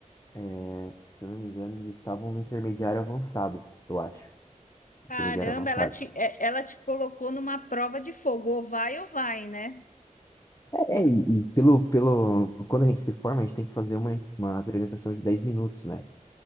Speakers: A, on the left; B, on the left.
A: é, se eu não me engano, eles estavam no intermediário avançado, eu acho. Intermediário
B: Caramba,
A: avançado.
B: ela te, é- ela te colocou numa prova de fogo, ou vai ou vai, né?
A: É, e pelo, pelo, quando a gente se forma, a gente tem que fazer uma, uma apresentação de 10 minutos, né?